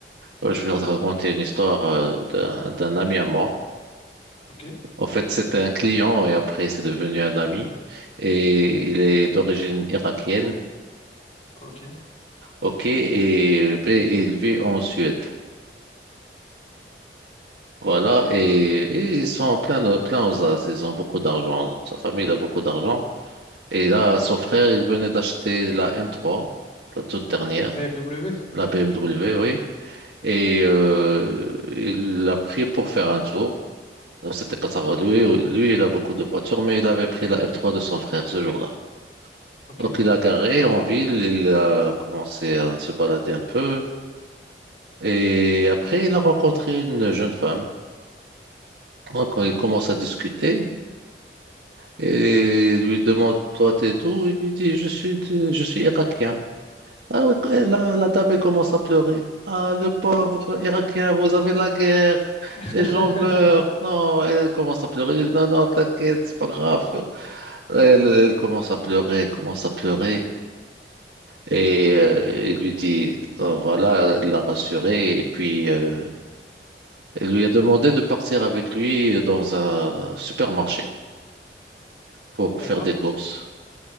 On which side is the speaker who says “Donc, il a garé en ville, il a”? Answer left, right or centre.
Right